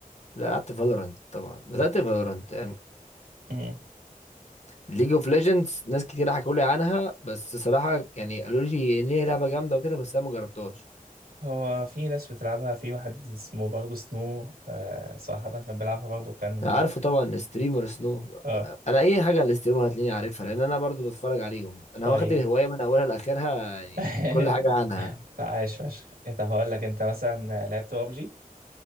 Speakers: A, on the left; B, on the right.
A: لا لعبت فالورنت طبعا بدات فالورنت
B: مم.
A: ليج اوف ليجندز ناس كتير حكوا لي عنها بس صراحه يعني قالوا لي ان هي لعبه جامده وكده بس انا ما جربتهاش
B: هو في ناس بتلعبها في واحد اسمه برضه سنو آه صراحة كان بيلعبها برضه كان
A: عارفه طبعا ستريمر سنو
B: اه
A: انا اي حاجه على الستريمر هتلاقيني عارفها لان انا برضو بتفرج عليهم انا
B: طيب
A: واخد الهوايه من اولها لاخرها يعني
B: <laughs>
A: كل حاجه عنها
B: لا عايش فشخ إيه، طب هقول لك انت مثلا لعبت ببجي